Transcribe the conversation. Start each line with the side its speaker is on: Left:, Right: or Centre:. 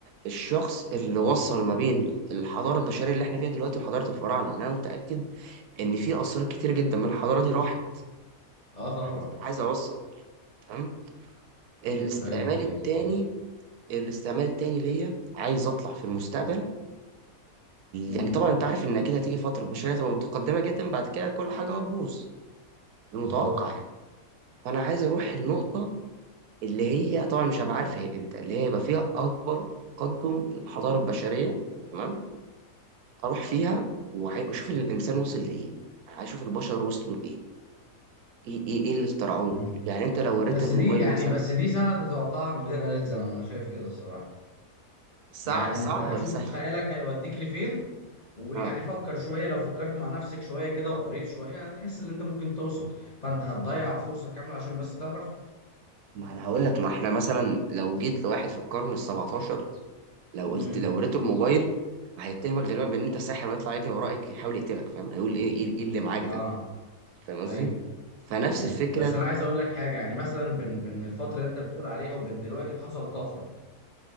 Right: الشخص اللي وصل ما بين الحضاره البشريه اللي احنا فيها دلوقتي وحضاره الفراعنه لان انا متاكد ان في اسرار كتير جدا من الحضاره دي راحت
Left: اه طبعا
Right: عايز عايز اوصل تمام الاستعمال
Left: ايوه
Right: التاني
Left: ايوه ايوه
Right: الاستعمال التاني ليا عايز اطلع في المستقبل
Left: امم
Right: يعني طبعا انت عارف ان اكيد هتيجي فتره البشريه تبقى متقدمه جدا بعد كده كل حاجه هتبوظ المتوقع
Left: بالظبط
Right: يعني فانا عايز اروح النقطه اللي هي طبعا مش هبقى عارف هي امتى اللي هي يبقى فيها اكبر تقدم الحضاره البشريه تمام اروح فيها وعاي- واشوف الانسان وصل لايه يعني اشوف البشر وصلوا لايه ايه ايه إيه اللي اخترعوه
Left: امم
Right: يعني انت لو وريت
Left: بس
Right: الموبايل
Left: دي يعني
Right: مثلا
Left: بس دي سنة تتوقعها من غير آلة زمن انا شايف كده الصراحة
Right: صعب
Left: يعني
Right: صعب
Left: انت
Right: ولا
Left: شوف
Right: سهل
Left: خيالك هيوديك لفين ويعني
Right: اه
Left: فكر شوية لو فكرت مع نفسك شوية كده وقريت شوية هتحس ان انت ممكن توصل فانت هتضيع فرصة كاملة عشان بس تعرف
Right: ما انا هقول لك ما احنا مثلا لو جيت لواحد في القرن ال 17 لو قلت
Left: امم
Right: لو وريته الموبايل هيتهمك غالبا بان انت ساحر ويطلع يجري وراك يحاول يقتلك فاهم هيقول ايه ايه إيه اللي معاك
Left: اه
Right: ده فاهم قصدي
Left: ايوه
Right: فنفس
Left: ايوه
Right: الفكره
Left: بس انا عايز اقول لك حاجه يعني مثلا بين بين الفتره اللي انت بتقول عليها وبين دلوقتي حصل طفره